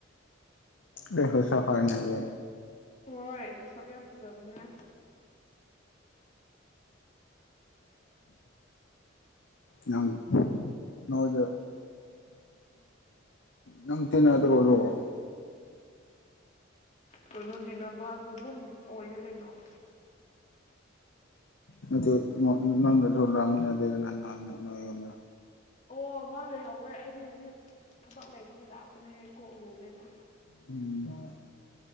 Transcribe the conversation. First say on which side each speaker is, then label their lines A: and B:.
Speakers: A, on the left; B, on the left.
A: ꯂꯩ ꯍꯨ ꯁꯐꯔꯅꯖ
B: ꯍꯣꯏ ꯁꯛ ꯌꯥꯝ ꯐꯖꯕꯅꯦ
A: ꯅꯪ ꯅꯗ ꯅꯪ ꯇꯅ ꯑꯗꯨ꯭ꯔꯣ ꯑꯣꯏ
B: ꯀꯣꯏꯅꯣ ꯅꯥ ꯔ ꯑꯣ ꯑꯗꯨ ꯑꯣꯏꯔ ꯀꯩꯅꯩꯅꯣ
A: ꯅꯠꯇ ꯂꯪꯒꯔ ꯁꯂ ꯃꯗꯅ
B: ꯑꯣ ꯃꯥ ꯂꯩꯍꯧꯋꯦ ꯑꯩꯗꯤ ꯁꯤ ꯊꯕꯛ ꯂꯩꯕꯒꯤ ꯂꯥꯛꯄꯅꯦ ꯀꯣꯛꯂꯨꯒꯦꯅ
A: ꯎꯝ